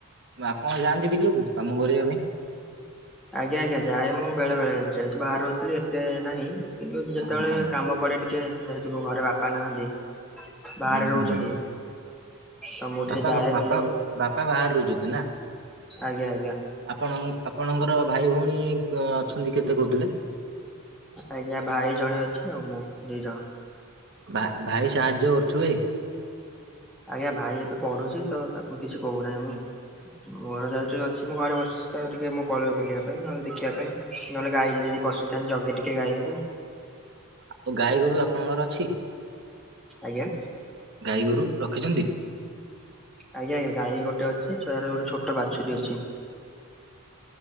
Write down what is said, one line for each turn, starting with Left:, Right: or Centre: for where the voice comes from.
Right: ଆପଣ ଯାଆନ୍ତି ବିଲକୁ କାମ କରିବା ପାଇଁ?
Centre: ଆଜ୍ଞା ଆଜ୍ଞା ଯାଏ ମୁଁ ବେଳେ ବେଳେ ଯେହେତୁ ବାହରେ ରହୁଥିଲି ଏତେ ନାହିଁ। କିନ୍ତୁ
Right: ହଁ
Centre: ଯେତେବେଳେ
Right: ହଁ
Centre: କାମ ପଡେ ଟିକେ ଯେହେତୁ ଘରେ ବାପା ନାହାନ୍ତି ବାହାରେ
Right: ହୁଁ ହୁଁ
Centre: ରହୁଛନ୍ତି। ତ ମୁଁ ଟିକେ
Right: ବାପା
Centre: ଯାଏ
Right: ଙ୍କ ବାପା
Centre: ବିଲକୁ
Right: ବାପା ବାହାରେ ରହୁଛନ୍ତି ନା?
Centre: ଆଜ୍ଞା ଆଜ୍ଞା।
Right: ଆପଣ ଆପଣଙ୍କର ଭାଇ ଭଉଣୀ ଅଛନ୍ତି କେତେ କହୁଥିଲେ?
Centre: ଆଜ୍ଞା ଭାଇ ଜଣେ ଅଛି ଆଉ ମୁଁ ଦି ଜଣ।
Right: ଭାଇ ଭାଇ ସାହାଯ୍ୟ କରୁଥିବେ?
Centre: ଆଜ୍ଞା ଭାଇ ଏବେ ପଢୁଛି ତ ତାକୁ କିଛି କହୁନାହିଁ ମୁଁ ଘର ଯେହେତୁ ଅଛି ମୁଁ ଘରେ ବସି ତ ଟିକେ ମୁଁ ପଳିବି ବୁଲିବା ପାଇଁ ନହେଲେ ଦେଖିବା ପାଇଁ ନହେଲେ ଗାଈ ଯଦି ବସିଥାନ୍ତି ଜଗେ ଟିକେ କେ ଗାଈଙ୍କୁ।
Right: ଆଉ ଗାଈ ଗୋରୁ ଆପଣଙ୍କର ଅଛି?
Centre: ଆଜ୍ଞା?
Right: ଗାଈ ଗୋରୁ ରଖିଛନ୍ତି?
Centre: ଆଜ୍ଞା ଆଜ୍ଞା ଗାଈ ଗୋଟେ ଅଛି ଛୁଆ ର ଗୋଟେ ଛୋଟ ବାଛୁରୀ ଅଛି। <inaudible>